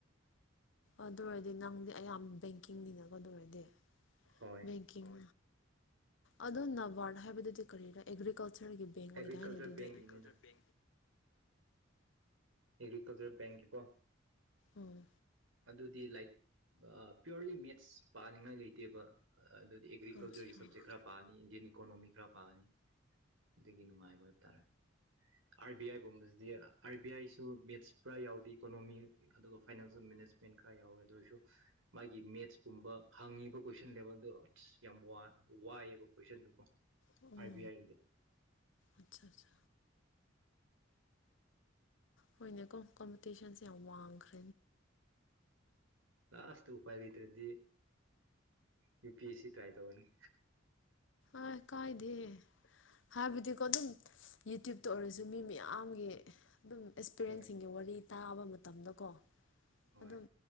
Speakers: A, on the left (about 65°); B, on the right (about 85°).
A: ꯑꯗꯨ ꯑꯣꯏꯔꯗꯤ ꯅꯪꯗꯤ ꯑꯌꯥꯝꯕ ꯕꯦꯡꯀꯤꯡꯒꯤꯅ ꯀꯣ ꯑꯗꯨ ꯑꯣꯏꯔꯗꯤ
B: ꯍꯣꯏ
A: ꯕꯦꯡꯀꯤꯡ ꯑꯗꯣ ꯅꯕꯥꯔꯠ ꯍꯥꯏꯕꯗꯨꯗꯤ ꯀꯔꯤ ꯔꯥ ꯑꯦꯒ꯭ꯔꯤꯀꯜꯆꯔꯒꯤ ꯕꯦꯡ ꯑꯣꯏꯗꯥꯢꯅꯦ
B: ꯑꯦꯒ꯭ꯔꯤꯀꯜꯆꯔ
A: ꯑꯗꯨꯗꯤ
B: ꯕꯦꯡꯒꯤꯅꯤꯗ
A: ꯑꯆꯥꯆꯥ
B: ꯑꯦꯒ꯭ꯔꯤꯀꯜꯆꯔ ꯕꯦꯡꯒꯤꯀꯣ
A: ꯎꯝ
B: ꯑꯗꯨꯗꯤ ꯂꯥꯏꯛ ꯄꯤꯌꯣꯔꯂꯤ ꯃꯦꯠꯁ ꯄꯥꯅꯤꯡꯉꯥꯏ ꯂꯩꯇꯦꯕ ꯑꯗꯨꯗꯤ ꯑꯦꯒ꯭ꯔꯤꯀꯜꯆꯔꯒꯤ
A: ꯑꯆꯥ ꯑꯣ
B: ꯁꯞꯖꯦꯛ
A: ꯑꯆꯥ
B: ꯈꯔ ꯄꯥꯅꯤ ꯏꯟꯖꯤꯟꯌꯔ ꯏꯀꯣꯅꯣꯃꯤ ꯈꯔ ꯄꯥꯅꯤ ꯑꯗꯨꯒꯤ ꯅꯨꯡꯉꯥꯏꯕ ꯍꯥꯏꯕ ꯇꯥꯔꯦ ꯑꯥꯔ ꯕꯤ ꯑꯥꯏꯒꯨꯝꯕꯁꯤꯗꯤ ꯑꯥꯔ ꯕꯤ ꯑꯥꯏꯁꯨ ꯃꯦꯠꯁ ꯄꯨꯔꯥ ꯌꯥꯎꯗꯦ ꯏꯀꯣꯅꯣꯃꯤ ꯑꯗꯨꯒ ꯐꯥꯏꯅꯥꯟꯁꯤꯌꯦꯜ ꯃꯦꯅꯦꯁ ꯃꯦꯟ ꯈꯔ ꯌꯥꯎꯋꯦ ꯑꯗꯨ ꯑꯣꯏꯔꯁꯨ ꯃꯥꯒꯤ ꯃꯦꯠꯁꯀꯨꯝꯕ ꯍꯪꯉꯤꯕ ꯀꯣꯏꯁꯟ ꯂꯦꯕꯦꯜꯗꯣ ꯑꯁ ꯌꯥꯝ ꯋꯥꯏ ꯋꯥꯏꯑꯦꯕ ꯀꯣꯏꯁꯟꯗꯨꯀꯣ
A: ꯑꯣ
B: ꯑꯥꯔꯕꯤ ꯑꯥꯏꯒꯤꯗꯤ
A: ꯑꯠꯆꯥ ꯑꯠꯆꯥ ꯍꯣꯏꯅꯦꯀꯣ ꯀꯣꯝꯄꯤꯇꯤꯁꯟꯁꯦ ꯌꯥꯝ ꯋꯥꯡꯈ꯭ꯔꯦ
B: ꯂꯥꯁꯇ ꯎꯄꯥꯏ ꯂꯩꯇ꯭ꯔꯗꯤ U P S C try ꯇꯧꯔꯅꯤ
A: ꯑ ꯀꯥꯏꯗꯦ ꯍꯥꯏꯕꯤꯗꯤ ꯀꯣ ꯑꯗꯨꯝ ꯌꯨꯇ꯭ꯌꯨꯕꯇ ꯑꯣꯏꯔꯁꯨ ꯃꯤ ꯃꯌꯥꯝꯒꯤ ꯑꯗꯨꯝ ꯑꯦꯛꯁꯄꯤꯔꯦꯟꯁꯤꯡꯒꯤ
B: ꯍꯣꯏ
A: ꯋꯥꯔꯤ ꯇꯥꯕ ꯃꯇꯝꯗꯀꯣ
B: ꯍꯣꯏ
A: ꯑꯗꯨꯝ